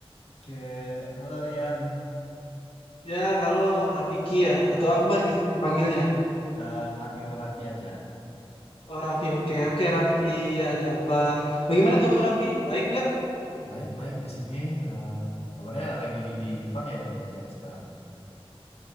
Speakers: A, on the left (about 85°); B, on the left (about 65°).
A: Oke, halo Rian,
B: Ya, halo Rafiki ya, atau Akbar nih panggilnya.
A: Eh, panggil Raffi aja.
B: Oh Raffi, oke oke Raffi, ya ada apa? Bagaimana kabar Raffi? Baik nggak?
A: Baik-baik di sini. eh, kabarnya lagi di Jepang ya, berarti ya sekarang.